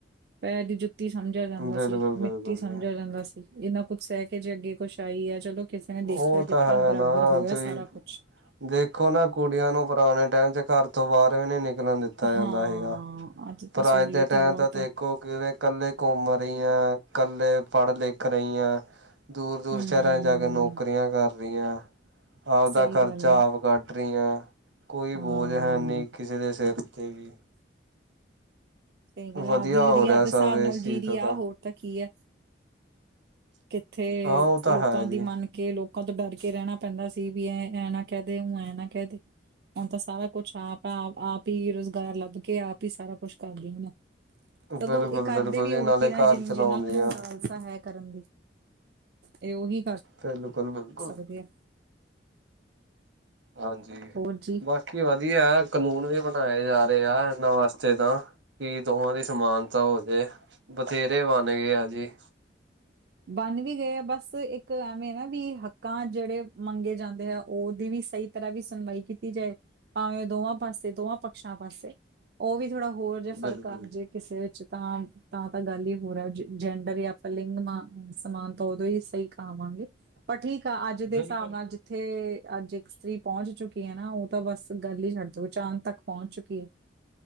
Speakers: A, on the right; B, on the right.
A: ਪੈਰ ਦੀ ਜੁੱਤੀ ਮਿੱਟੀ ਸਮਜੇਆ ਜਾਂਦਾ
B: ਬਿਲਕੁਲ
A: ਸੀ, ਮਿੱਟੀ
B: ਬਿਲਕੁਲ
A: ਸਮਜੇਆ
B: ਜੀ
A: ਜਾਂਦਾ ਸੀ, ਏਨਾ ਕੁੱਝ ਸੈ ਕੇ ਜੇ ਅੱਗੇ ਕੁਸ਼ ਆਈ ਐ ਚਲੋ ਕਿਸੇ ਨੇ
B: ਉਹ
A: ਦੇਖੇਆ ਕੀਤਾ
B: ਤਾਂ ਹੈ
A: ਬਰਾਬਰ
B: ਨਾ
A: ਹੋਏਆ
B: ਤੁਸੀਂ
A: ਸਾਰਾ ਕੁਛ
B: ਦੇਖੋ ਨਾ ਕੁੜੀਆਂ ਨੂੰ ਪੁਰਾਨੇ ਟੈਮ ਚ ਘਰ ਤੋਂ ਬਾਰ ਵੀ ਨੀ ਨਿਕਲਨ ਦਿੱ ਤਾ ਜਾਂਦਾ
A: ਹਾਂ
B: ਸੀਗਾ, ਪਰ
A: ਤਾਂ ਸਹੂਲੀਅਤ
B: ਅੱਜ ਦੇ ਟੈਮ
A: ਹੀ ਬਹੁਤ
B: ਤਾਂ ਦੇਖੋ
A: ਆ
B: ਕਿਵੇਂ ਕੱਲੇ ਘੁੰਮ ਰਈ ਆਂ, ਕੱਲੇ ਪੜ-ਲਿਖ ਰਈ ਆਂ। ਦੂਰ-ਦੂਰ
A: ਹੂੰ।
B: ਸ਼ੈਰਾਂ ਚ ਜਾ ਕੇ ਨੌਕਰੀਆਂ ਕਰ ਰਈਆਂ ਆਵਦਾ
A: ਸਹੀ
B: ਖਰਚਾ
A: ਗੱਲ ਆ
B: ਆਪ ਕੱਢ ਰਈਆਂ ਕੋਈ
A: ਹਾਂ।
B: ਬੋਝ ਹੈ ਨੀ ਕਿਸੇ ਦੇ ਸਿਰ ਤੇ ਵੀ।
A: ਸਈ ਗੱਲ
B: ਵਧੀਆ
A: ਆ ਆਵਦੀ ਜ਼ਿੰਦਗੀ
B: ਹੋ ਰਿਹਾ
A: ਆਵਦੇ
B: ਸਭ
A: ਹਿਸਾਬ ਨਾਲ
B: ਇਸ ਚੀਜ਼
A: ਜੀ ਰੀ
B: ਤੋਂ
A: ਐ ਹੋਰ ਤਾਂ ਕੀ ਐ। ਕਿੱਥੇ
B: ਹਾਂ ਉਹ ਤਾਂ
A: ਲੋਕਾਂ
B: ਹੈ ਜੀ
A: ਦੀ ਮੰਨ ਕੇ ਲੋਕਾਂ ਤੋਂ ਡਰ ਕੇ ਰੈਣਾ ਪੈਂਦਾ ਸੀ ਵੀ ਐ ਐਂ ਨਾ ਕੈ ਦੇ ਓ ਐਂ ਨਾ ਕੈ ਦੇ। ਹੁਨ ਤਾਂ ਸਾਰਾ ਕੁਛ ਆਪ ਆ ਆਪ ਈ ਰੁਜ਼ਗਾਰ ਲੱਭ ਕੇ ਆਪ ਈ ਸਾਰਾ ਕੁਛ ਕਰਦੀ ਹੁਨ।
B: ਬਿਲਕੁਲ
A: ਸਗੋਂ ਏ ਕਰਦੇ
B: ਬਿਲਕੁਲ
A: ਵੀ
B: ਜੀ
A: ਓਹੀ
B: ਨਾਲੇ
A: ਨਾ
B: ਘਰ
A: ਜਿ-ਜਿੰਨਾਂ
B: ਚਲਾਉਂਦੀਆਂ
A: ਨੂੰ ਲਾਲਸਾ ਹੈ ਕਰਨ ਦੀ। ਏ ਓਹੀ ਕਰ
B: ਬਿਲਕੁਲ-ਬਿਲਕੁਲ।
A: ਸਕਦੇ ਆ
B: ਹਾਂਜੀ,
A: ਹੋਰ ਜੀ
B: ਬਸ। ਕੀ ਵਦੀਆ ਕਾਨੂੰਨ ਵੀ ਬਨਾਏ ਜਾ ਰਏ ਆ ਏਨਾਂ ਵਾਸਤੇ ਤਾਂ ਕਿ ਦੋਵਾਂ ਦੀ ਸਮਾਨ ਤਾ ਹੋਜੇ ਬਥੇਰੇ ਬਨ ਗਏ ਆ ਜੀ।
A: ਬਨ ਵੀ ਗਏ ਆ ਬਸ ਇੱਕ ਐਵੇਂ ਵੀ ਹੱਕਾਂ ਜੇੜੇ ਮੰਗੇ ਜਾਂਦੇ ਆ ਓਦੀ ਵੀ ਸਈ ਤਰਾਂ ਵੀ ਸੁਨਵਾਈ ਕੀਤੀ ਜਾਏ। ਭਾਵੇਂ ਓ ਦੋਵਾਂ ਪਾਸੇ ਦੋਆਂ ਪਕਸ਼ਾਂ ਪਾਸੇ ਓ ਵੀ ਥੋੜਾ ਹੋਰ ਜੇ ਫਰਕ
B: ਬਿਲਕੁਲ
A: ਆ ਜੇ ਕਿਸੇ ਵਿੱਚ ਤਾਂ, ਤਾਂ-ਤਾਂ ਗੱਲ ਈ ਹੋਰ ਐ ਜੇਂਡਰ ਯਾ ਪਲਿੰਗ ਨਾ ਸਮਾਨ ਤਾਂ ਓਦੋਂ ਈ ਸਈ ਕਾਹਾਵਾਂਗੇ, ਪਰ ਠੀਕ ਆ ਅੱਜ ਦੇ
B: ਬਿਲਕੁਲ
A: ਹਿਸਾਬ ਨਾਲ ਜਿ ਜਿੱਥੇ ਅੱਜ ਇੱਕ ਇਸਤਰੀ ਪੌਂਚ ਚੁੱਕੀ ਐ ਨਾ ਓ ਤਾਂ ਬਸ ਗੱਲ ਈ ਛੱਡ ਦੋ ਚਾਂਦ ਤੱਕ ਪੌਂਚ ਚੁੱਕੀ ਐ। <inaudible>